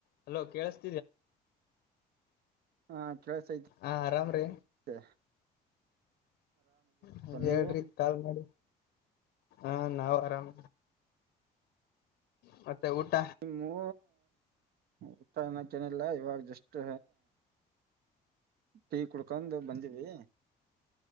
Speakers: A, on the left; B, on the right.
A: Hello ಕೇಳಸ್
B: ಹಾ ಕೆಲಸ ಐತಿ
A: ಹಾ ಆರಾಮ್ರೀ
B: ಮತ್ತೆ
A: ಹ ಹೇಳ್ರಿ
B: ನೀವು
A: ಕಾಲ್ ಮಾಡಿ ಹಾ ನಾವು ಆರಾಮ. ಹ ಮತ್ತೆ ಊಟ.
B: ನಿಮ್ಮೂ ಊಟ ಏನು ತಿನಿಲ್ಲ ಇವಾಗ ಜಸ್ಟ್ ಟೀ ಕುಡ್ಕೊಂಡು ಬಂದೀವಿ